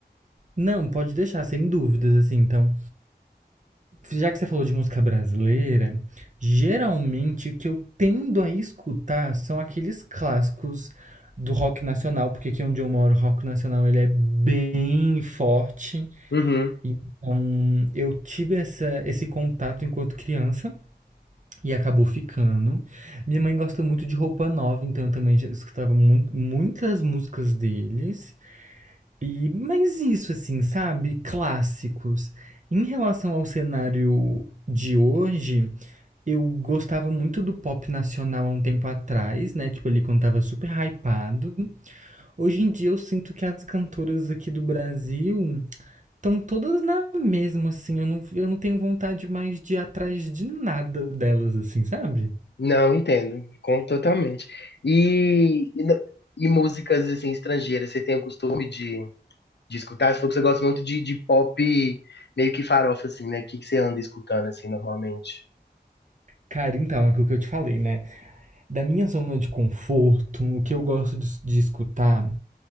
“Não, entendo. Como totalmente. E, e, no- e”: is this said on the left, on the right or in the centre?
Left